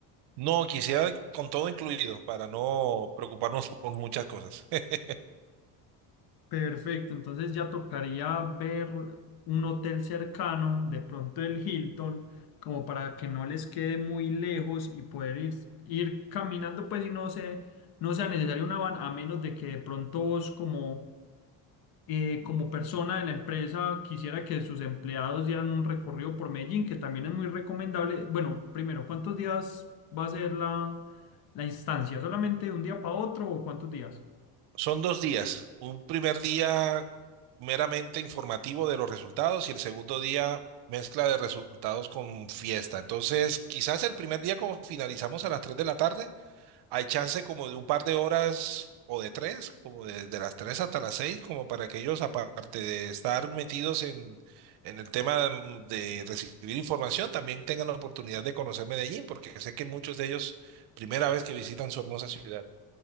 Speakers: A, on the right (about 65°); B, on the left (about 55°).
A: No, quisiera con todo incluido para no preocuparnos por muchas cosas. <laughs>
B: Perfecto, entonces ya tocaría ver un hotel cercano, de pronto el Hilton, como para que no les quede muy lejos y poder ir, ir caminando, pues y no se- no sea necesario una van, a menos de que de pronto vos como, eh, como persona de la empresa quisiera que sus empleados dieran un recorrido por Medellín, que también es muy recomendable. Bueno, primero, ¿cuántos días va a ser la, la instancia? ¿Solamente de un día para otro o cuántos días?
A: Son dos días. Un primer día meramente informativo de los resultados y el segundo día mezcla de resultados con fiesta. Entonces, quizás el primer día como finalizamos a las 3 de la tarde, Hay chance como de un par de horas o de tres, como de, de las tres hasta las seis, como para que ellos, aparte de estar metidos en, en el tema mm, de recibir información, también tengan la oportunidad de conocer Medellín, porque sé que muchos de ellos, primera vez que visitan su hermosa ciudad.